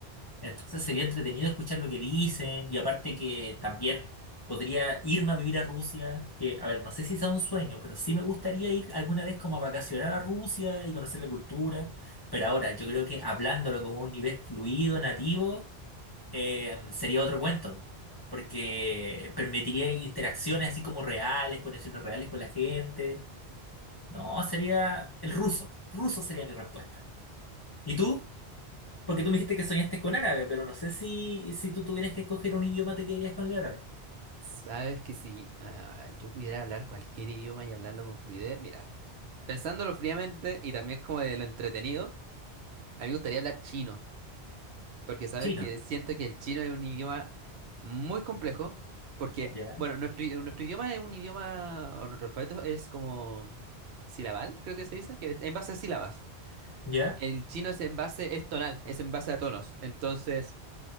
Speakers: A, on the left; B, on the right.
A: Entonces sería entretenido escuchar lo que dicen y aparte que también podría irme a vivir a Rusia, que, a ver, no sé si sea un sueño, pero sí me gustaría ir alguna vez como a vacacionar a Rusia y conocer la cultura, pero ahora yo creo que hablándolo como un nivel fluido, nativo, eh, sería otro cuento, porque permitiría interacciones así como reales, conexiones reales con la gente. No, sería el ruso, ruso sería mi respuesta. ¿Y tú? Porque tú me dijiste que soñaste con árabe, pero no sé si, si tú tuvieras que escoger un idioma, te quedarías con el árabe.
B: Sabes que si ah, yo pudiera hablar cualquier idioma y hablarlo con fluidez, mira, pensándolo fríamente y también como de lo entretenido, a mí me gustaría hablar chino. Porque sabes
A: Chino.
B: que siento que el chino es un idioma muy complejo. Porque,
A: Ya.
B: bueno, nuestro, i- nuestro idioma es un idioma, o nuestro alfabeto es como silabal, creo que se dice, que es en base a sílabas.
A: Ya.
B: El chino es en base, es tonal, es en base a tonos. Entonces,